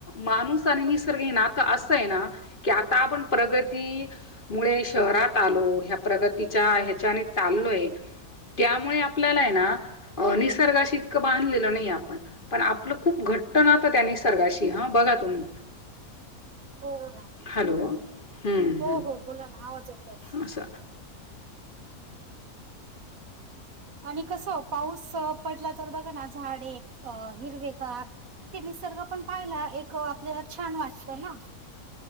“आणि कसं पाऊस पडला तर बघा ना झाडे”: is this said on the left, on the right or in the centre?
Right